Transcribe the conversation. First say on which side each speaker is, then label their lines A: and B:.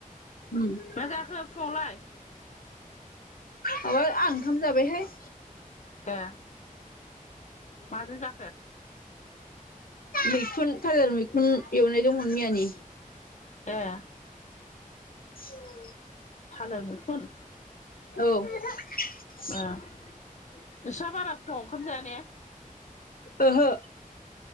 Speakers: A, on the left; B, on the left.
A: माबा
B: मा जाखो फुङावलाय
A: माबा आं ओंखाम जाबायहाय
B: ए माजों जाखो
A: मैखुन थालेर मैखुन एवनाय दंमोन मैयानि
B: एह
A: <inaudible>
B: थालेर मैखुन
A: औ <inaudible>
B: ओ नोंस्रा बारा फुङाव ओंखाम जाया ने
A: ओहो